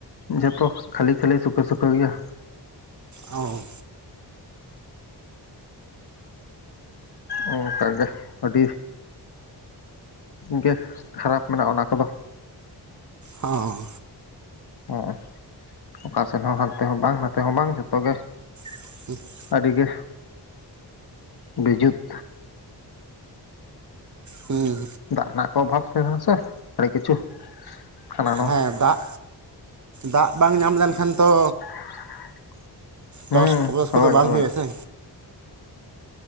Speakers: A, on the left; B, on the right.
A: ᱡᱚᱛᱚ ᱠᱷᱟᱹᱞᱤ ᱠᱷᱟᱹᱞᱤ ᱥᱩᱠᱟᱹ ᱥᱩᱠᱟᱹ ᱜᱮᱭᱟ᱾
B: ᱚᱸ᱾
A: ᱚᱱᱠᱟ ᱜᱮ ᱟᱹᱰᱤ ᱜᱮ ᱠᱷᱟᱨᱟᱯ ᱢᱮᱱᱟᱜᱼᱟ, ᱚᱱᱟ ᱠᱚᱫᱚ᱾
B: ᱚᱦᱸ᱾
A: ᱚ ᱚᱠᱟ ᱥᱮᱫ ᱦᱚᱸ ᱦᱟᱱᱛᱮ ᱦᱚᱸ ᱵᱟᱝ ᱱᱟᱛᱮ ᱦᱚᱸ ᱵᱟᱝ ᱡᱷᱚᱛᱚ ᱜᱮ᱾
B: <inaudible>
A: ᱟᱹᱰᱤᱜᱮ ᱵᱤᱡᱩᱛ
B: ᱦᱮᱸ
A: ᱫᱟᱜ ᱨᱮᱱᱟᱜ ᱠᱚ ᱚᱵᱷᱟᱵᱽ ᱛᱟᱦᱮᱸ ᱠᱟᱱᱟ ᱥᱮ ᱟᱹᱰᱤ ᱠᱤᱪᱷᱩ ᱦᱟᱱᱟ ᱱᱚᱣᱟ
B: ᱦᱮᱸ ᱫᱟᱜ ᱫᱟᱜ ᱵᱟᱝ ᱧᱟᱢ ᱞᱮᱱᱠᱷᱟᱱ ᱛᱚ
A: <inaudible> ᱦᱩᱸ
B: ᱪᱟᱥ ᱠᱚᱵᱟᱥ
A: ᱦᱳᱭ
B: ᱠᱚᱫᱚ ᱵᱟᱝ
A: ᱦᱳᱭ
B: ᱦᱩᱭᱩᱜ ᱟᱥᱮ